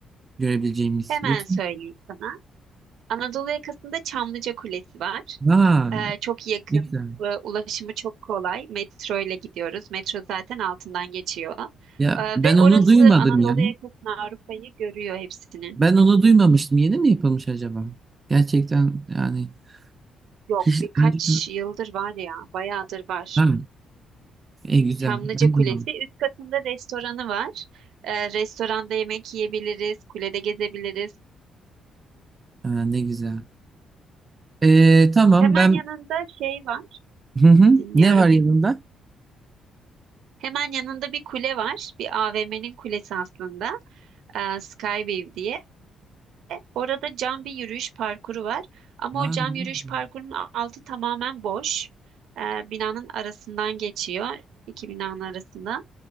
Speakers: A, on the right; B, on the right.
A: görebileceğimiz?
B: Hemen
A: Yoksa
B: söyleyeyim sana. Anadolu yakasında Çamlıca Kulesi var.
A: Ha,
B: Ee, çok yakın
A: ne güzel.
B: ve ulaşımı çok kolay. Metro ile gidiyoruz. Metro zaten altından geçiyor.
A: Ya
B: Ee,
A: ben
B: ve
A: onu
B: orası
A: duymadım
B: Anadolu
A: ya.
B: yakasını Avrupa'yı görüyor hepsini.
A: Ben onu duymamıştım. Yeni mi yapılmış acaba? Gerçekten yani
B: Yok
A: hiç
B: birkaç
A: önceden-
B: yıldır var ya bayağıdır var.
A: ha, e, güzel.
B: Çamlıca
A: Ben
B: Kulesi
A: duymadım.
B: üst katında restoranı var. Ee, restoranda yemek yiyebiliriz, kulede gezebiliriz.
A: Ha, ne güzel. Ee, tamam
B: Hemen
A: ben
B: yanında şey var.
A: hı hı.
B: Dinliyorum.
A: Ne var yanında?
B: Hemen yanında bir kule var. Bir AVM'nin kulesi aslında. Ee, Skyway diye. Orada cam bir yürüyüş parkuru var. Ama
A: Ha,
B: o cam
A: ne
B: yürüyüş
A: güzel.
B: parkurunun altı tamamen boş. Ee, binanın arasından geçiyor. İki binanın arasında.